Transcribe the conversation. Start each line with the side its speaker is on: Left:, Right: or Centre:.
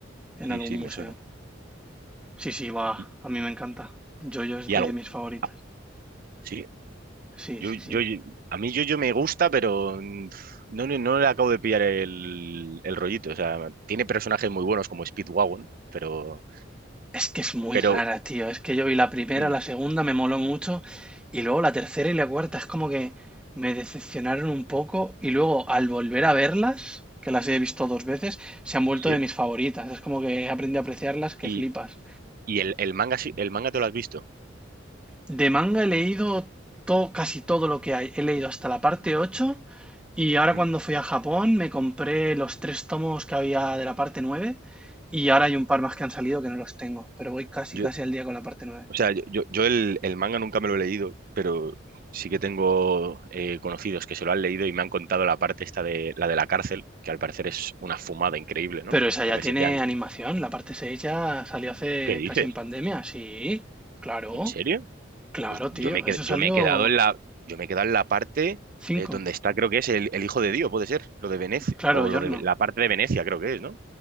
Centre: en
Right: Sí,
Centre: algún
Right: sí,
Centre: museo.
Right: me suena.
Centre: Sí, sí, va,
Right: Y,
Centre: a mí me encanta. Jojo es
Right: y
Centre: de
Right: algo.
Centre: mis favoritas.
Right: ah, Sí,
Centre: Sí,
Right: yo,
Centre: sí, sí.
Right: yo, yo- a mí yo, yo me gusta, pero mm, no, no, no le acabo de pillar el, el rollito. O sea, tiene personajes muy buenos como Speedwagon, pero,
Centre: Es que es muy
Right: pero
Centre: rara, tío. Es que yo vi la primera,
Right: mm,
Centre: la segunda me moló mucho y luego la tercera y la cuarta es como que me decepcionaron un poco y luego al volver a verlas, que las he visto dos veces, se han vuelto
Right: sí.
Centre: de mis favoritas. Es como que aprendí a apreciarlas que
Right: Y,
Centre: flipas.
Right: y el, el manga, sí- el manga te lo has visto.
Centre: De manga he leído todo, casi todo lo que hay. He leído hasta la parte 8 y ahora
Right: Mm.
Centre: cuando fui a Japón me compré los tres tomos que había de la parte 9 y ahora hay un par más que han salido que no los tengo, pero voy casi
Right: Yo,
Centre: casi al día con la parte nueve.
Right: O sea, yo, yo, yo el, el manga nunca me lo he leído, pero sí que tengo eh, conocidos que se lo han leído y me han contado la parte esta de la de la cárcel, que al parecer es una fumada increíble, ¿no?
Centre: Pero esa ya
Right: Que resetean.
Centre: tiene animación, la parte 6 ya salió hace
Right: ¿Qué dices?
Centre: casi en pandemia, sí, claro,
Right: ¿En serio?
Centre: claro,
Right: Pues yo
Centre: tío,
Right: me, he qued-
Centre: eso salió
Right: yo me he quedado en la, yo me he quedado en la parte
Centre: 5,
Right: eh, donde está, creo que es el, el hijo de Dios, puede ser, lo de Venecia,
Centre: claro,
Right: o
Centre: Giorno,
Right: lo de la parte de Venecia, creo que es, ¿no?